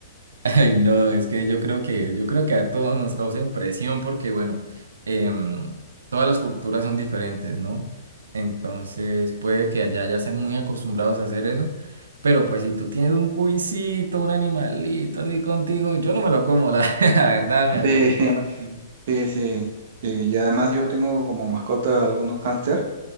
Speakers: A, on the right; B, on the right.
A: Ay, no, es que yo creo que, yo creo que a todos nos causa impresión porque, bueno, em, todas las culturas son diferentes, ¿no? Entonces, puede que allá ya estén muy acostumbrados a hacer eso, pero pues si tú tienes un cuisito, un animalito así contigo, yo no me lo como, la, <laughs> la verdad, me haría
B: Sí,
A: mucha
B: <laughs>
A: lástima.
B: Sí, sí, sí, y además yo tengo como mascota algunos hámster,